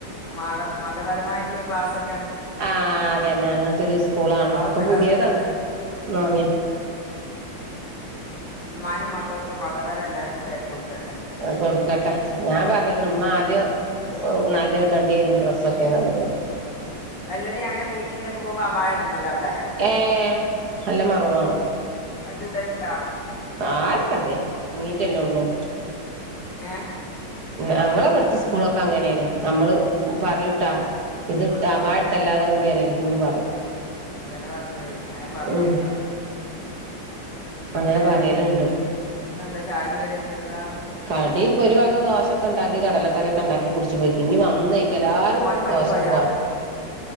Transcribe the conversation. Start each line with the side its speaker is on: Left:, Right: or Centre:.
Left: മത മതപരമായിട്ടുള്ള ക്ലാസ്ക്കെ
Right: ആഹ അതന്നെ അങ്ങനത്തെ ഒരു സ്കൂളാണ്
Left: അള്ളാഹു
Right: ഇപ്പൊ
Left: നിലനിർത്തട്ടെ
Right: പുതിയതാണ് നോമി
Left: ഇമ്മാനിം മക്കൾകൊക്കെ മതപരം എല്ലാവർക്കും വറെ കൊടുക്കട്ടെ
Right: കൊടുക്കട്ടെ ഞാൻ പറഞ്ഞിക്കണ്
Left: ഉം, എൻ-
Right: ഉമ്മ ആദ്യം നല്ലത് ഇടണ്ടിയരും ഡ്രസ്സൊക്കെ നല്ലത്
Left: ഉം അല്ലടി അങ്ങനെ മീറ്റിംഗിനൊക്കെ പോകുമ്പോ അപായ ഇടണല്ലവിടെ
Right: ഏഹ് നല്ല മറവാണ്
Left: കണ്ട് ഇടലുണ്ടാ
Right: ആർക്കറിയ തൊടങ്ങീട്ടല്ലേ ഉള്ളൂ
Left: ഏഹ്
Right: ഞങ്ങളെവിടുത്ത സ്കൂളൊക്കെ അങ്ങനെയാണ് നമ്മള് പറയൂട്ടാ ഇത്ട്ട്
Left: ആ
Right: അപായട്ടല്ലാതെ അങ്ങട്ട് വരരുതന്ന് പറയും
Left: അതന്നെ പറഞ്ഞത് അങ്ങനെ പറഞ്ഞേക്കാ
Right: ഉം
Left: പിന്നെ
Right: അങ്ങനെ പറയലുണ്ട്
Left: ഇന്ന് എന്താ ചായയും കടിയും എന്തൊക്കെന്താ
Right: കാടി ഇപ്പൊ ഒരു വക ദോശൊക്കെ ഉണ്ടാക്കി കടലക്കറിയൊക്കെ ഉണ്ടാക്കി കുടിച്ച്പോയി ഇനി വന്നേക്ക എല്ലാരും
Left: മോന് പണിക്കോയാ
Right: ദോ ശന്ന് പോയത